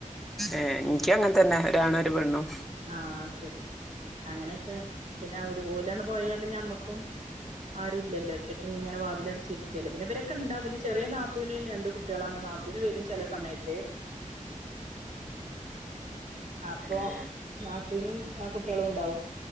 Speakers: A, in the centre; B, on the right.
A: ഏഹ് എനിക്കും അങ്ങനെത്തന്നെ ഒരാണും ഒരു പെണ്ണും
B: ആഹ് ശരി അങ്ങനെയൊക്കെ പിന്നെ ഒരു പോലാണ് പോയാ പിന്നെ നമ്മക്കും ആരു ഇല്ലല്ലോ ഒറ്റക് ഇങ്ങനെ വാതിലടച്ച് അടച്ചിരിക്കുകല്ലേ പിന്നെവരൊക്കെണ്ടാവും പിന്നെ ചെറിയ നാത്തൂവിന് രണ്ട് കുട്ടികളാണ് നാത്തൂന് വരും ചില സമയത്ത് അപ്പൊ
A: ഏഹ്
B: നാത്തുനും ആ കുട്ടികളും ഉണ്ടാവും